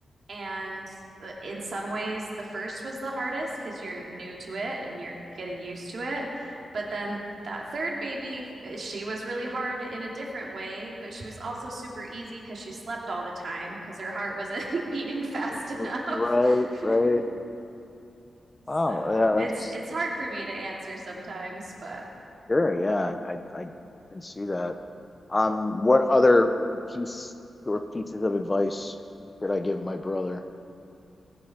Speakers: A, on the right; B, on the left.
A: And uh, in some ways, the first was the hardest because you're new to it and you're getting used to it. But then that third baby, eh, she was really hard in a different way, but she was also super easy because she slept all the time because her heart wasn't <laughs> beating fast
B: R-
A: enough.
B: r- Right. Right.
A: <laughs> So
B: Oh, yeah.
A: it's
B: That's
A: it's hard for me to answer sometimes, but
B: sure. Yeah, I I can see that. Um, what other piece or pieces of advice could I give my brother?